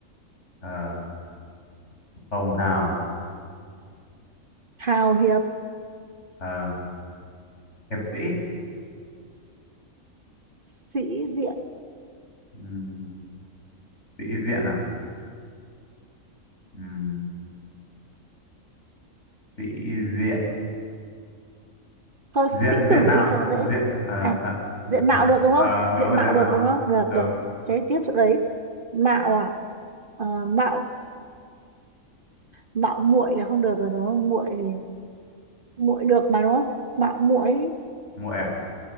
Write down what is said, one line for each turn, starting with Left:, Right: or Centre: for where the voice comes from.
Left: ờ hồng hào
Right: hào hiệp,
Left: ờ hiệp sĩ
Right: sĩ diện.
Left: Ừm, sĩ diện à Ừm, sĩ diện
Right: Thôi
Left: diện
Right: sĩ
Left: diện
Right: tử
Left: mạo
Right: đi cho nó dễ.
Left: diện ờ
Right: À,
Left: đã- diện,
Right: diện mạo được đúng
Left: ờ,
Right: không? Diện
Left: đúng rồi
Right: mạo
Left: diện mạo
Right: được đúng không? Được,
Left: đúng
Right: được. Thế tiếp chỗ đấy. Mạo à? Ờ, mạo mạo muội là không được rồi đúng không? Muội gì? Muội được mà đúng không? Mạo muội.
Left: muội à